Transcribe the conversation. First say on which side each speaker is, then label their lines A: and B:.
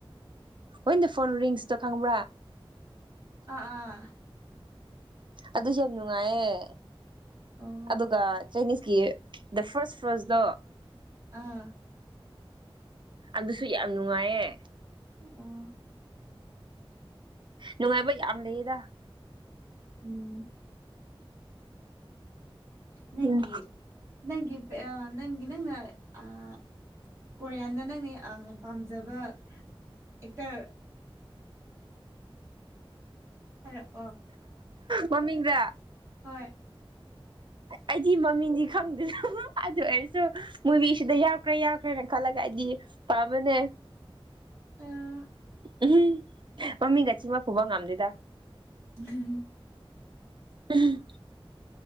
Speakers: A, on the right; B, on the right.
A: ꯋꯦꯟ ꯗꯥ ꯐꯣꯟ ꯔꯤꯡꯁꯇꯣ ꯈꯪꯕ꯭ꯔꯥ
B: ꯑꯥ ꯑꯥ
A: ꯑꯗꯨꯁꯨ ꯌꯥꯝ ꯅꯨꯡꯉꯥꯏꯌꯦ
B: ꯑꯣ
A: ꯑꯗꯨꯒ ꯆꯥꯏꯅꯤꯁꯀꯤ ꯗ ꯐꯥꯔꯁ ꯐ꯭ꯔꯣꯁ ꯗꯣ
B: ꯑꯥ
A: ꯑꯗꯨꯁꯨ ꯌꯥꯝ ꯅꯨꯡꯉꯥꯏꯌꯦ
B: ꯑꯣ
A: ꯅꯨꯡꯉꯥꯏꯕ ꯌꯥꯝ ꯂꯩꯌꯦꯗ
B: ꯎꯝ ꯅꯪꯒꯤ
A: ꯎꯝ
B: ꯅꯪꯒꯤ ꯑ ꯅꯪꯒꯤ ꯅꯪꯅ ꯑꯥ ꯀꯣꯔꯤꯌꯥꯟꯗ ꯅꯪꯅꯦ ꯄꯥꯝꯖꯕ ꯑꯦꯛꯇꯔ ꯍꯥꯏꯔꯛ ꯑꯣ
A: ꯃꯃꯤꯡꯗ
B: ꯍꯣꯏ
A: ꯑꯩꯗꯤ ꯃꯃꯤꯡꯗꯤ ꯈꯪꯗꯦꯅ ꯑꯗꯨ ꯑꯣꯏꯔꯁꯨ ꯃꯨꯕꯤꯁꯤꯗ ꯌꯥꯎꯈ꯭ꯔꯦ ꯌꯥꯎ ꯈꯔ ꯈꯜꯂꯒ ꯑꯩꯗꯤ ꯄꯥꯝꯕꯅꯦ
B: ꯑꯥ
A: ꯎꯝ ꯃꯃꯤꯡꯒ ꯆꯤꯟꯐꯥ ꯄꯨꯕ ꯉꯝꯗꯦꯗ
B: ꯎꯝ
A: ꯎꯝ